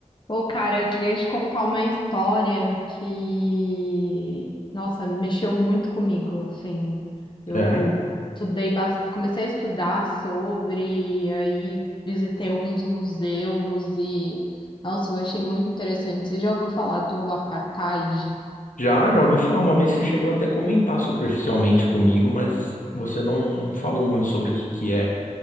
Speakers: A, on the left; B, on the left.
A: Pô, cara, eu queria te contar uma história que, nossa, mexeu muito comigo, assim. Eu
B: É,
A: estudei, bas- comecei a estudar sobre, aí visitei alguns museus e, nossa, eu achei muito interessante. Você já ouviu falar do apartheid?
B: já, já ouvi falar uma vez, você chegou até a comentar superficialmente comigo, mas você não, não falou muito sobre o que que é.